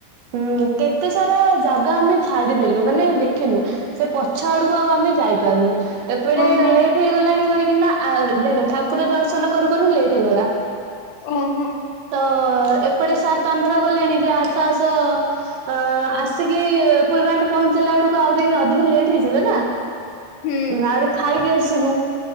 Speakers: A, on the right; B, on the left.
A: ହୁଁ କେତେ ସାରା ଜାଗା ଆମେ ଛାଡିଦେଲୁ ମାନେ ଦେଖିନୁ। ସେ ପଛ ଆଡକୁ ଆଉ ଆମେ ଯାଇପାରୁନୁ ଏପଟେ
B: ହଁ ହଁ
A: ଲେଟ୍ ଟେ ହେଇଗଲାଣି କହିକିନା ଦେଖ ଠାକୁର ଦର୍ଶନ କରୁ କରୁ ଲେଟ୍ ହେଇଗଲା।
B: ଉଁ ହୁଁ।
A: ତ ଏପଟେ ସାର୍ ତନ୍ଦ୍ରା ଗଲେଣି ଯେ ଆସ ଆସ। ଅ ଆସିକି ଫୁଲବାଣିରେ ପହଞ୍ଚିଲା ବେଳକୁ ଆହୁରି ଅଧିକ ଲେଟ୍ ହେଇଯିବ ନା।
B: ହୁଁ
A: ଆହୁରି ଖାଇକି ଆସିବୁ।